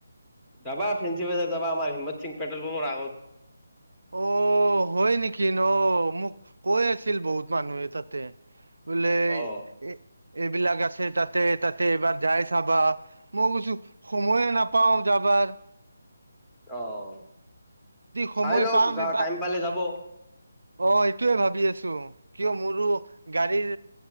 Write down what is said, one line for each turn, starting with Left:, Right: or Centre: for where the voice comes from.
Centre: যাবা ফেন্ঞ্চি বজাত যাবা আমাৰ হিম্মত চিং পেট্ৰল পাম্পৰ আগত।
Right: অ' অ' হয় নেকি ন মোক কৈ আছিল বহুত মানুহে তাতে। <unintelligible>
Centre: অ
Right: এইবিলাক আছে তাতে তাতে এবাৰ যাই চাবা, মই কৈছো সময়ে নাপাও যাওঁ। খবাৰ।
Centre: অ'
Right: সময়
Centre: চাই লওক,
Right: পাম
Centre: যা
Right: এইবাৰ
Centre: টাইম পালে যাব।
Right: অ' সেইটোয়ে ভাবি আছো কিয় মোৰো গাড়ীৰ